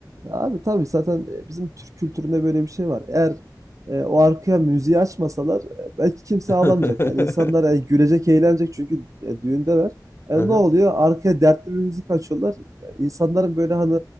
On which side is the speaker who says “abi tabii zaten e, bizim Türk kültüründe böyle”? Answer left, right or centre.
Right